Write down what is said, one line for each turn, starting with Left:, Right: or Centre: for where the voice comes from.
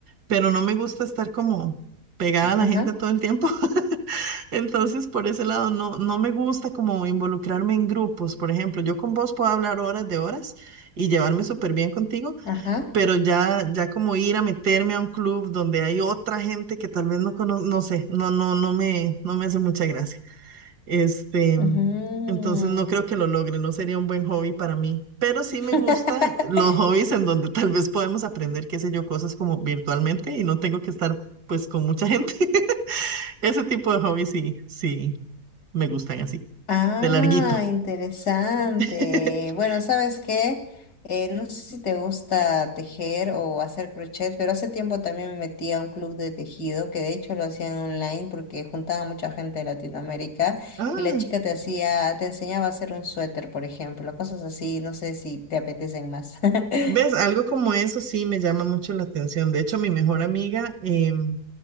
Right: pero no me gusta estar como pegada a la
Left: ajá,
Right: gente todo el tiempo. <laughs> Entonces, por ese lado, no, no me gusta como involucrarme en grupos. Por ejemplo, yo con vos puedo hablar horas de horas y llevarme súper bien contigo,
Left: ajá.
Right: pero ya, ya como ir a meterme a un club donde hay otra gente que tal vez no conozco, no sé, no, no, no me, no me hace mucha gracia. Este,
Left: ujú.
Right: entonces no creo que lo logre, no sería un buen hobby para mí, pero sí me
Left: <laughs>
Right: gusta los hobbies en donde tal vez podemos aprender, qué sé yo, cosas como virtualmente y no tengo que estar pues con mucha gente. <laughs> Ese tipo de hobbies sí, sí, me gustan así,
Left: Ah,
Right: de larguito.
Left: interesante.
Right: <laughs>
Left: Bueno, ¿sabes qué? Eh, no sé si te gusta tejer o hacer crochet, pero hace tiempo también me metí a un club de tejido, que de hecho lo hacían online porque juntaba mucha gente de Latinoamérica
Right: Ah,
Left: y la chica te hacía, te enseñaba a hacer un suéter, por ejemplo, cosas así, no sé si te apetecen más. <laughs>
Right: ves, algo como eso sí me llama mucho la atención. De hecho, mi mejor amiga em,